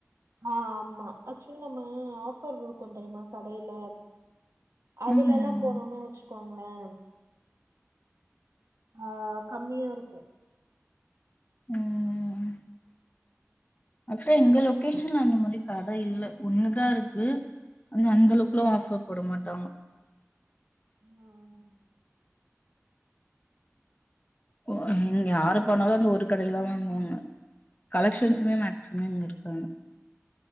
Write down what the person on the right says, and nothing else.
ஆ ஆமா ஆக்சுவலி நம்ம ஆஃபர் பில் கொண்டுவரமோ கடையில அதுல
எல்லா போனோனா வச்சிக்கோங்களே ஆ கம்மியா இருக்கு
ஆ